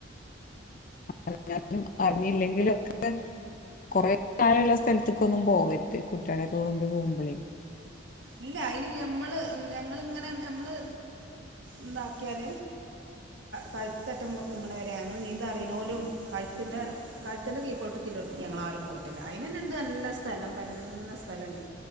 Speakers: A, on the left; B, on the right.
A: <unintelligible>
B: ഉം
A: ഒക്കെ കൊറേ താഴെള്ള സ്ഥലത്ത്ക്കൊന്നും പോവര്ത് കുട്ടിയള്ളൊക്കെ കൊണ്ടു പോകുമ്പൊളേ
B: ഇല്ല അയ്ന് ഞമ്മള് ഞങ്ങളിങ്ങനെ ഞമ്മള് ഇന്താക്കിയാൽ കഴുത്തറ്റം മുങ്ങ് ണരെ ഞങ്ങൾ നീന്തറിണോലും കഴുത്തിൻ്റെ കഴുത്തിൻ്റെ കീ പോട്ട് കില്ലോട്ത്ത്ക്ക് ഞങ്ങളാരും പോയിട്ടില്ല അയ്നെന്നെണ്ട് നല്ല സ്ഥലം പരന്ന സ്ഥലല്ലേ